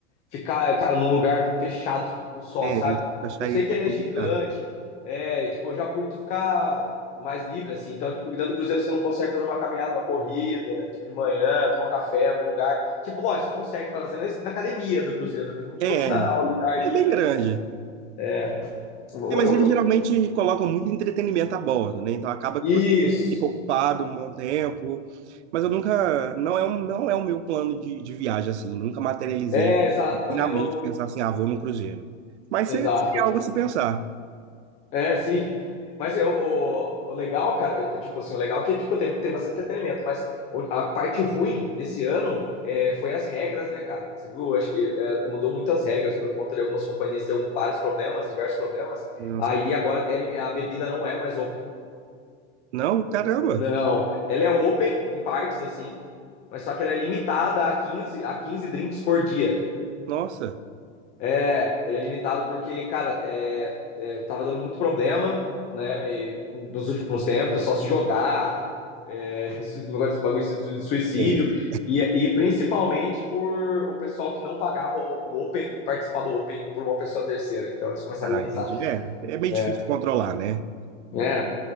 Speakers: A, on the left; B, on the right.
A: ficar, cara, num lugar fechado tipo, só,
B: É,
A: sabe?
B: isso eu acharia
A: Eu sei
B: um
A: que
B: pouco
A: ele
B: complicado.
A: é gigante, é, tipo, eu já curto ficar mais livre, assim. Então, tipo, dentro do Cruzeiro você não consegue fazer uma caminhada, uma corrida, tipo, de manhã, tomar um café em algum lugar. Tipo, lógico, você consegue fazer na, na academia do Cruzeiro, né? mas não, tipo,
B: É,
A: assim, na, ao ar
B: é
A: livre,
B: bem grande.
A: né? É, eu,
B: É, mas eles
A: eu,
B: geralmente colocam muito entretenimento a bordo, né? Então acaba
A: isso.
B: que você fica ocupado um bom tempo. Mas eu nunca, não é um, não é o meu plano de, de viagem, assim. Nunca materializei
A: É, exato, também
B: na mente
A: não... não
B: pensar assim, ah, vou num cruzeiro. Mas
A: exato.
B: seria algo a se pensar.
A: É, sim. Mas eu, o, o legal, cara, eu, tipo assim, o legal é que tipo, tem, tem bastante entretenimento, mas o- a parte ruim desse ano é, foi as regras, né, cara? Você viu? Acho que é, mudou muitas regras por conta de algumas companhias ter um, vários problemas, diversos problemas.
B: Eu não
A: Aí
B: sabia.
A: agora ele- a bebida não é mais open.
B: Não, caramba,
A: Não, ela é open em partes, assim, mas só que ela é limitada a 15 a 15 drinks por dia.
B: nossa.
A: É, ele é limitado porque, cara, é, é, tava dando muito problema, né? E nos últimos tempos, o pessoal se jogar, é, <laughs> negócio de bagulho de suicídio,
B: É.
A: e, e principalmente por o pessoal que não pagava o, o Open, participar do Open por uma pessoa terceira. Então eles começaram
B: Ah,
A: a limitar.
B: entendi. É, é meio
A: É,
B: difícil de controlar, né?
A: é